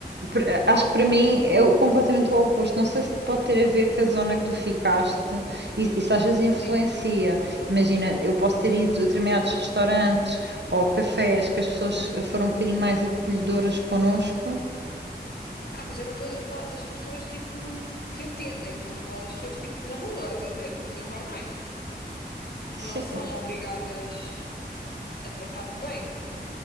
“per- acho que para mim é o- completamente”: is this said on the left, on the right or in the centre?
Right